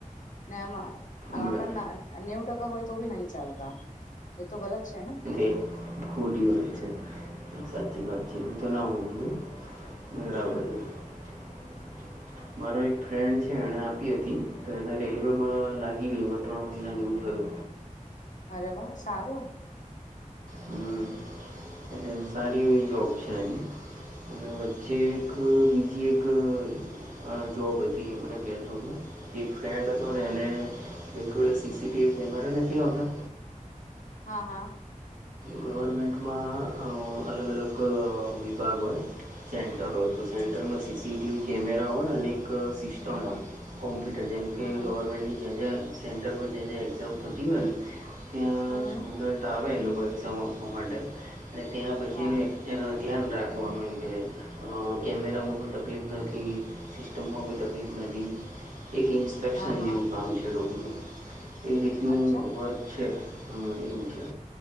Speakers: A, on the left; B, on the right.
A: ને એમાં- આપણ
B: બરાબર
A: ને નેવું ટકા હોય તો બી નહી ચાલતા. એ તો ગલત છે. ને
B: એ ખોટી વાત છે સાચી વાત જેઉ તો ના હોવું જોઇએ બરાબર
A: હમ
B: <unintelligible> મારો એક ફ્રેન્ડ છે એને આપી હતી તો એને રેલવેમાં લાગી ગયુ ત્રણ મહિના જેવું થયુ.
A: અરે વાહ સારું.
B: હમ. એટલે સારી એવી જોબ છે એની. અને વચ્ચે એક બીજી એક અ જોબ હતી મને કેહતો હતો એક ફ્રેન્ડ હતો ને એને જેમ કે પેલા સીસીટીવી કેમેરા નથી, આવતા
A: હા હા
B: ગવર્મેન્ટમાં અ અલગ અલગ વિભાગ હોય સેન્ટર હોય તો સેન્ટરમાં સીસીટીવી કેમેરા હોય અને એક સિસ્ટમ હોય કોમ્પ્યુટર જેમ કે
A: હમ હમ
B: ગવર્મેન્ટની જ્યાં જ્યાં સેન્ટર પર જ્યાં જ્યાં એક્ઝામ થતી હોય ને ત્યાં
A: હમ હમ
B: સ્ટુડન્ટ આવે એ લોકો એક્ઝામ આપવા માટે અને ત્યાં પછી
A: હા
B: એનું ત્યાં ધ્યાન રાખવાનું એમ કે અ કેમેરામાં કોઈ તકલીફ નથી સિ ટુંકમાં કોઈ તકલીફ નથી એક ઇન્સ ફેક્શન
A: હા હા
B: જેવું કામ છે લોકોનું એ રીતનું
A: અચ્છા
B: વર્ક છે. હા એમ છે.